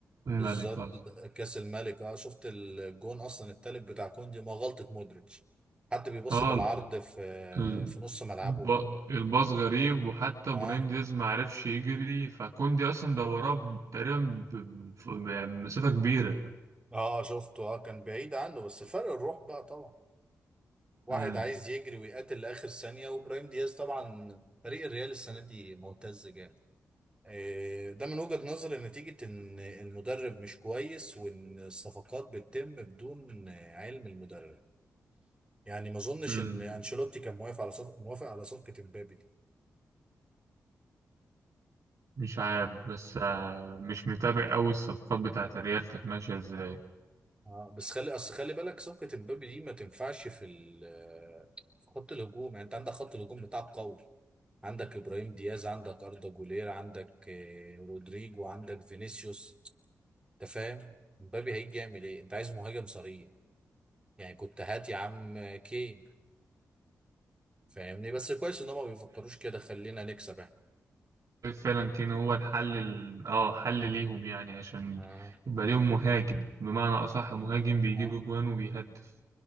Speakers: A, on the right; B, on the right.
A: بالظبط
B: الملك قصدي
A: كاس الملك اه شفت الجون اصلا التالت بتاع كوندي ما غلطة مودريتش حد بيبص
B: اه
A: بالعرض
B: الب...
A: في
B: ال-
A: في نص ملعبه
B: الب... الباص غريب وحتى
A: اه
B: ابراهيم دياز ما عرفش يجري فكوندي اصلا ده وراه ب- تقريبا ب... ب- بمسافة كبيرة
A: اه شفته اه كان بعيد عنه بس فرق الروح بقى طبعا واحد
B: مم.
A: عايز يجري ويقاتل لاخر ثانية وابراهيم دياز طبعا فريق الريال السنة دي ممتاز جامد آه، ده من وجهة نظري نتيجة ان المدرب مش كويس وان الصفقات بتتم بدون آه، علم المدرب يعني ما اظنش
B: مم.
A: ان انشيلوتي كان موافق على صف... موافق على صفقة امبابي دي.
B: مش عارف بس آه، مش متابع أوي الصفقات بتاعت الريال كانت ماشية ازاي
A: اه بس خلي اصل خلي بالك صفقة امبابي دي ما تنفعش في ال في خط الهجوم يعني انت عندك خط الهجوم بتاعك قوي عندك ابراهيم دياز عندك اردا جولير عندك آه، رودريجو عندك فينيسيوس انت فاهم امبابي هيجي يعمل ايه انت عايز مهاجم صريح يعني كنت هات يا عم كين فاهمني بس كويس ان هم ما بيفكروش كده خلينا نكسب احنا
B: فعلا كان هو الحل ال... اه حل ليهم يعني عشان
A: اه
B: يبقى ليهم مهاجم بمعنى أصح مهاجم بيجيب
A: اه
B: أجوان وبيهدف